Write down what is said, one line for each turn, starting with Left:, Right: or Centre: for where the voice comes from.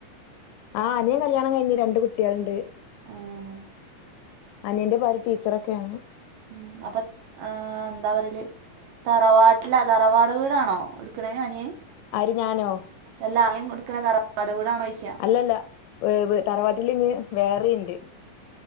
Left: ആഹ് അനിയൻ കല്യാണം കഴിഞ്ഞ് രണ്ട് കുട്ട്യളിണ്ട്.
Right: ഏഹ്
Left: അനിയന്റെ ഭാര്യ ടീച്ചറൊക്കെ ആണ്.
Right: മ് അപ്പ ആ ന്താ പറയല് തറവാട്ടില തറവാട് വീടാണോ ഇട്ക്ക്ണേ അനിയൻ?
Left: ആര് ഞാനോ?
Right: എല്ല <unintelligible> ഇട്ക്ക്ണേ തറവാട് വീടാണോ ചോയ്
Left: അല്ലല്ല വ് വ് തറവാട് <unintelligible> വേറെ ഇണ്ട്